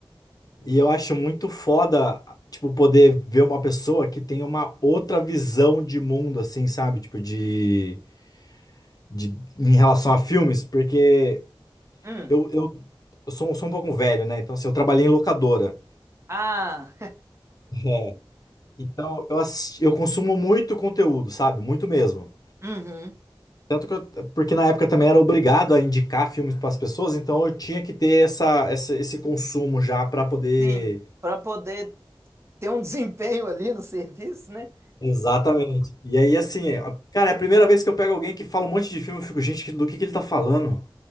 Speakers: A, on the left; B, on the right.
A: E eu acho muito foda, tipo, poder ver uma pessoa que tem uma outra visão de mundo, assim, sabe? Tipo, de, de em relação a filmes, porque
B: hum,
A: eu, eu, eu sou, um, sou um pouco velho, né? Então, assim, eu trabalhei em locadora.
B: ah,
A: É. Então, eu, assisti- eu consumo muito conteúdo, sabe? Muito mesmo.
B: <laughs> uhum,
A: Tanto que eu, porque na época também era obrigado a indicar filmes para as pessoas, então eu tinha que ter essa, essa- esse consumo já para poder.
B: sim. Pra poder ter um desempenho ali no serviço, né?
A: Exatamente. E aí, assim, a- cara, é a primeira vez que eu pego alguém que fala um monte de filme, eu fico, gente, que- do que que ele tá falando?